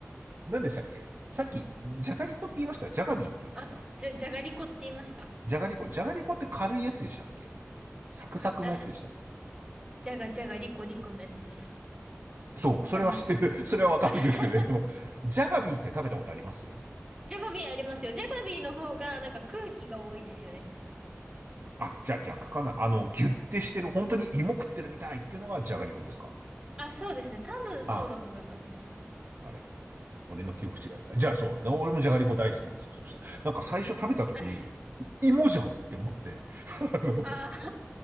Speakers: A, on the right (about 45°); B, on the right (about 15°).
A: 何でしたっけさっき、じゃがりこって言いましたじゃがビーって言いました
B: あ、じゃ、じゃがりこって言いました。
A: じゃがりこ、じゃがりこって軽いやつでしたっけサクサクのやつでしたっけ
B: か、あ、じゃがじゃがりこりこのやつです。
A: そう、
B: わかります。
A: それは知ってる。<laughs> それはわかるんですけど、
B: <laughs>
A: えっと、じゃがビーって食べたことあります
B: ジャガビーありますよ。ジャガビーの方がなんか空気が多いですよね。
A: あ、じゃあ逆かな。あの、ギュッてしてる、本当に芋食ってるみたいっていうのがじゃがりこですか
B: あ、そうですね。多分そうだと思います。
A: ああ、あれ。俺の記憶違いか。じゃあそう。俺もじゃがりこ大好きですよ。そしたら。なんか最初食べた時に、
B: <laughs>
A: い芋じゃんって思って。<laughs> あの、
B: ああ、